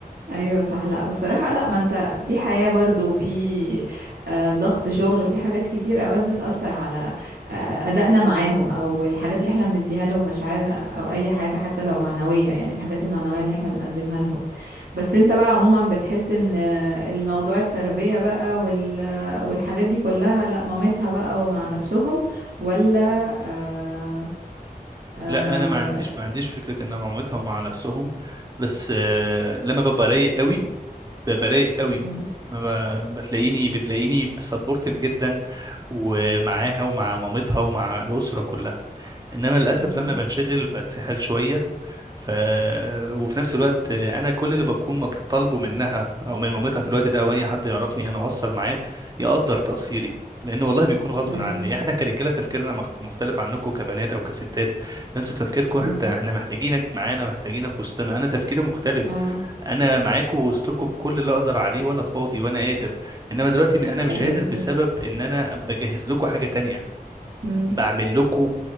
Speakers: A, on the right; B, on the right.
A: ايوه صح لا بصراحه لا ما انت في حياه برضو وفي آه، ضغط شغل وفي حاجات كتير اوقات بتاثر على آه، ادائنا معاهم او الحاجات اللي احنا بنديها لهم مشاعرنا او اي حاجه حتى لو معنويه يعني الحاجات المعنويه اللي احنا بنقدمها لهم بس انت بقى عموما بتحس ان الموضوع التربية بقى وال والحاجات دي كلها لا مامتها بقى ومع نفسهم ولا آه آه
B: لا انا ما عنديش ما عنديش فكره ان أنا مع مامتها ومع نفسهم بس آه، لما ببقى رايق قوي ب- برايق قوي
A: مم،
B: ما ب- بتلاقيني بتلاقيني سبورتيف جدا ومعاها ومع مامتها ومع الأسرة كلها انما للاسف
A: ايوه
B: لما بنشغل بتسحل شويه ف وفي نفس الوقت انا كل اللي بكون مطالبه منها او من مامتها في الوقت ده او اي حد يعرفني انا اقصر معاه يقدر تقصيري لان والله بيكون غصب
A: ايوه
B: عني احنا كرجاله تفكيرنا مخ- مختلف عنكم كبنات او كستات انتوا تفكيركم انت
A: مم،
B: احنا محتاجينك معانا محتاجينك وسطنا انا تفكيري مختلف
A: اه
B: انا معاكم وسطكم بكل اللي اقدر عليه وانا فاضي وانا قادر انما دلوقتي انا مش
A: ايوه
B: قادر
A: بالظبط
B: بسبب ان انا بجهز لكم حاجه تانية
A: مم،
B: بعمل لكم